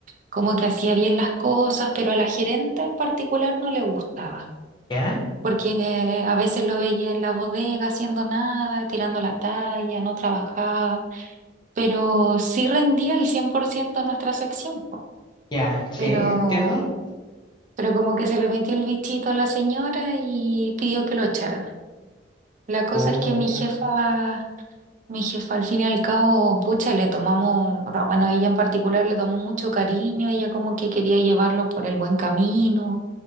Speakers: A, on the right (about 40°); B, on the left (about 25°).
A: como que hacía bien las cosas, pero a la gerenta en particular no le gustaba,
B: ¿Ya?
A: porque eh, a veces lo veía en la bodega haciendo nada, tirando la talla, no trabajaba, pero sí rendía el 100% nuestra sección, po.
B: ¿Ya? Sí,
A: Pero
B: entiendo.
A: Pero como que se le metió el bichito a la señora y pidió que lo echaran. La cosa
B: Oh,
A: es que mi jefa, mi jefa al fin y al cabo, pucha, le tomamos, o sea, bueno, ella en particular le tomó mucho cariño, ella como que quería llevarlo por el buen camino,